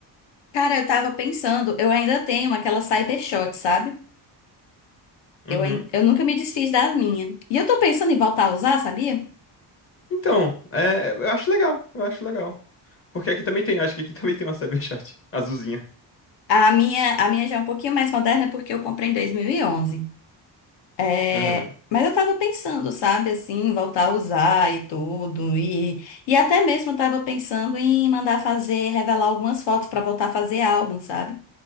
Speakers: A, on the left (about 75°); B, on the left (about 30°).
A: Cara, eu tava pensando, eu ainda tenho aquela Cybershot, sabe?
B: Uhum.
A: Eu, ain- eu nunca me desfiz da minha. E eu tô pensando em voltar a usar, sabia?
B: Então, é, eu acho legal, eu acho legal. Porque aqui também tem, acho que aqui <laughs> também tem uma Cyberchat azulzinha.
A: A minha, a minha já é um pouquinho mais moderna porque eu comprei em 2011. É,
B: Aham.
A: mas eu tava pensando, sabe, assim, voltar a usar e tudo. E, e até mesmo eu tava pensando em mandar fazer, revelar algumas fotos pra voltar a fazer álbum, sabe?